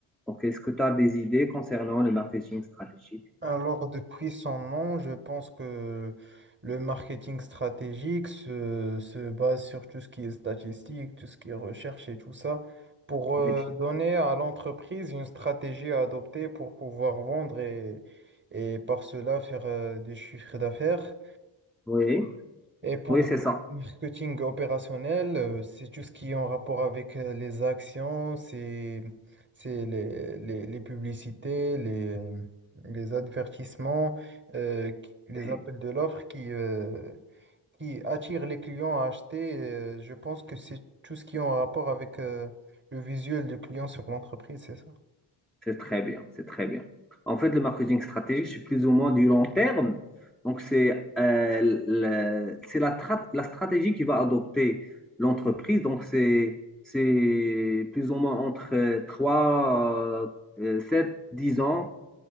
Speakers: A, in the centre; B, on the right.
A: Donc est-ce que tu as des idées concernant le marketing stratégique?
B: Alors, depuis son nom, je pense que le marketing stratégique se, se base sur tout ce qui est statistique, tout ce qui est recherche et tout ça, pour euh,
A: Effectivement.
B: donner à l'entreprise une stratégie à adopter pour pouvoir vendre et, et par cela faire euh, du chiffre d'affaires.
A: Oui,
B: Et pour
A: oui, c'est ça.
B: le marketing opérationnel, euh, c'est tout ce qui est en rapport avec euh, les actions, c'est c'est les, les, les publicités, les, les advertisements, euh, qui- les
A: Oui.
B: appels de l'offre qui, euh, qui attirent les clients à acheter. Euh, je pense que c'est tout ce qui est en rapport avec euh, le visuel du client sur l'entreprise, c'est ça?
A: C'est très bien, c'est très bien. En fait, le marketing stratégique, c'est plus ou moins du long terme. Donc, c'est euh, le- c'est la, tra- la stratégie qui va adopter l'entreprise. Donc, c'est c'est plus ou moins entre 3, 7, 10 ans